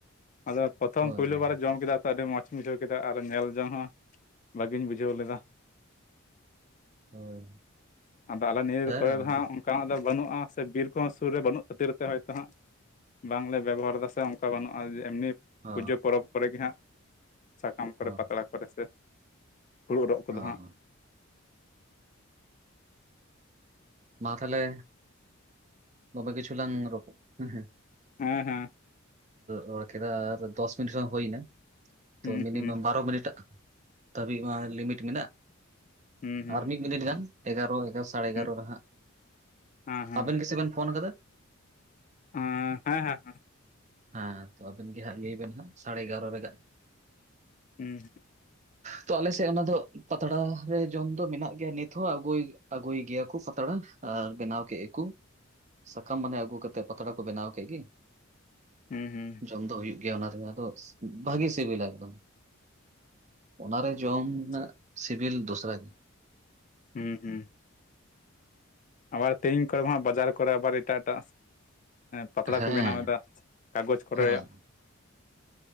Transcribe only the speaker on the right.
ᱦᱳᱭ
ᱦᱳᱭ
ᱦᱮᱸ᱾
ᱚ
ᱚ
ᱚ
ᱢᱟ ᱛᱟᱦᱮ ᱫᱚᱢᱮ ᱠᱤᱪᱷᱩ ᱞᱝ ᱨᱯᱚᱲ ᱦᱮᱸ
ᱨᱚᱲ ᱠᱮᱫᱟ ᱟᱨ ᱫᱚᱥ ᱢᱤᱱᱤᱴ ᱠᱷᱚᱱ ᱦᱩᱭᱱᱟ
ᱛᱚ ᱢᱤᱱᱤᱢᱟᱢ
ᱵᱟᱨᱚ ᱢᱤᱱᱤᱴ ᱟ ᱫᱷᱟᱹᱵᱤᱡ ᱢᱟ ᱞᱤᱢᱤᱴ ᱢᱮᱱᱟᱜ
ᱟᱨ ᱢᱤᱫ ᱢᱤᱱᱤᱴ ᱜᱟᱱ ᱮᱜᱟᱨᱚ ᱮᱜᱟᱨᱚ ᱥᱟᱲᱮ ᱮᱜᱟᱨᱚ
ᱨᱮ ᱦᱟᱜ
ᱟᱵᱮᱱ ᱜᱮᱥᱮ ᱵᱮᱱ ᱯᱷᱳᱱ ᱟᱠᱟᱫᱟ
ᱦᱮᱸ ᱛᱚ ᱟᱵᱮᱱ ᱜᱮ ᱦᱟᱸᱜ ᱞᱟᱹᱭ ᱵᱮᱱ ᱦᱟᱸᱜ ᱥᱟᱲᱮ ᱮᱜᱟᱨᱚ ᱨᱮᱜ
ᱛᱚ ᱟᱞᱮᱥᱮᱫ ᱚᱱᱟ ᱫᱚ ᱯᱟᱛᱲᱟ ᱨᱮ ᱡᱚᱢ ᱫᱚ ᱢᱮᱱᱟᱜ ᱜᱮᱭᱟ ᱱᱤᱛᱦᱚ ᱟᱹᱜᱩᱭ ᱟᱹᱜᱩᱭ ᱜᱮᱭᱟ ᱠᱚ ᱯᱟᱛᱲᱟ ᱟᱨ ᱵᱮᱱᱟᱣ ᱠᱮᱫ ᱜᱮᱠᱚ ᱥᱟᱠᱟᱢ ᱢᱟᱱᱮ ᱟᱹᱜᱩ ᱠᱟᱛᱮᱜ ᱯᱟᱛᱲᱟ ᱠᱚ ᱵᱮᱱᱟᱣ ᱠᱮᱫ ᱜᱮ
ᱡᱚᱢ ᱫᱚ ᱦᱩᱭᱩᱜ ᱜᱮᱭᱟ ᱚᱱᱟ ᱨᱮ ᱟᱫᱚ ᱵᱷᱟᱜᱤ ᱥᱤᱵᱤᱞᱟ ᱮᱠᱫᱚᱢ ᱚᱱᱟᱨᱮ ᱡᱚᱢ
ᱨᱮᱱᱟᱜ ᱥᱤᱵᱤᱞ ᱫᱚᱥᱨᱟ ᱜᱮ
ᱦᱮᱸ
ᱦᱮᱸ